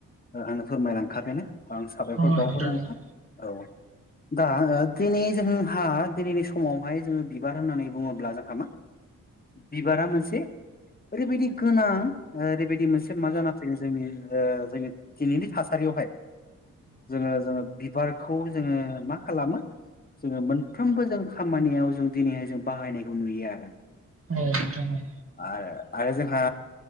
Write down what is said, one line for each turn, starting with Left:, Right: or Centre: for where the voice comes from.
Left: आंनो फोरमायलांखाबायानो आं साबायखर
Right: अ
Left: बावहरो नोंथां
Right: औ
Left: औ दा ओ दिनै जोंहा दिनैनि समावहाय जोङो बिबार होननानै बुङोब्ला जोंहा मा बिबारा मोनसे ओरैबायदि गोनां ओरैबायदि मोनसे मा जाना फैयो जोंनि जोंनि दिनैनि थासारियावहाय जोङो जोङो बिबारखौ जोङो मा खालामो जोङो मोनफ्रोमबो जों खामानियाव जों दिनैहाय जों बाहायनायखौ नुयो आरो।
Right: औ नोंथां औ
Left: आरो जोंहा